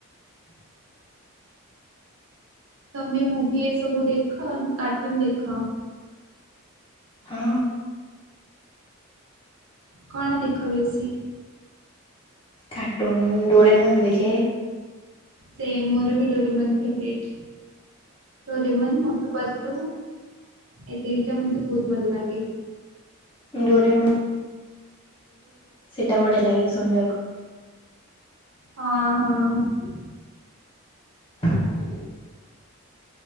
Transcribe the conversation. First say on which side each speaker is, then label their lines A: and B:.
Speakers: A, on the right (about 60°); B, on the left (about 25°).
A: ତମେ ମୁଭି ଏ ସବୁ ଦେଖ ନା କାର୍ଟୁନ ଦେଖ।
B: ହଁ।
A: କଣ ଦେଖ ବେଶି?
B: କାର୍ଟୁନଡୋରେ ମନ ଦେଖ।
A: ସେମ ମୋର ବି ଡୋରେମନ ଫେବ୍ରେଟି ଡୋରେମନ ମୋଟୁ ପତଳୁ ତ ଏ ମ ବହୁତ ଭଲ ଲାଗେ।
B: ଡୋରେ ମୁ ସେଟା ବଢିଆ ଲାଗେ ଶୁଣିବାକୁ
A: ହଁ ହଁ।
B: <inaudible>